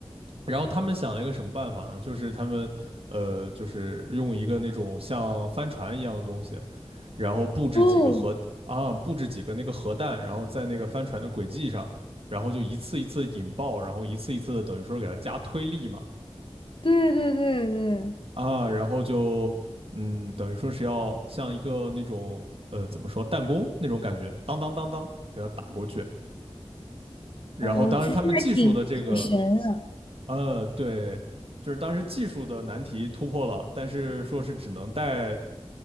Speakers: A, on the right; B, on the left.
A: 然后他们想了一个什么办法呢？就是他们呃，就是用一个那种像帆船一样的东西，然后布置几个核啊，
B: 哦，
A: 布置几个那个核弹，然后在那个帆船的轨迹上，然后就一次一次引爆，然后一次一次的等于说给它加推力嘛
B: 对对对对，
A: 啊，然后就嗯，等于说是要像一个那种呃怎么说弹弓那种感觉，当当当当给它打过去。然后当然他们技术的这个
B: 哦，其实还挺挺神的。
A: 呃，对，就是当时技术的难题突破了，但是说是只能带，